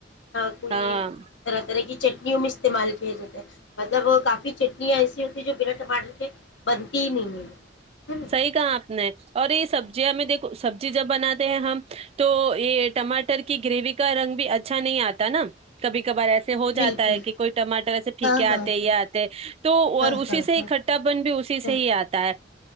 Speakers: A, on the left; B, on the right.
A: <inaudible> کوئی
B: ہاں
A: طرح طرح کی چ یوم استعمال کیے جات ہیں مطلب وہ کافی چٹنیاں ایسی ہوتی ہے جو بنا ٹماٹر کے بنتی ہی نہیں ہے ہے نا
B: صحیح کہا آپ نے اور یہ سبزی جی ہمیں دیکو سبزی جب بناات ہیں ہم تو یہ ٹماٹر کی گریوی کا رنگ بھی اچھا نہیں آتا نا کبھی کبار ایسا سے ہو جاتا
A: بالکل
B: ہے کہ کوئی ٹماٹر ایسے پھکے
A: ہاں
B: آتے
A: ہاں ہاں
B: یہ آتے تو
A: ہاں
B: اور اسی
A: ہاں
B: سے ہی
A: ہاں
B: کھٹا بن بھی اسی سے
A: ہاں
B: ہی آتا ہے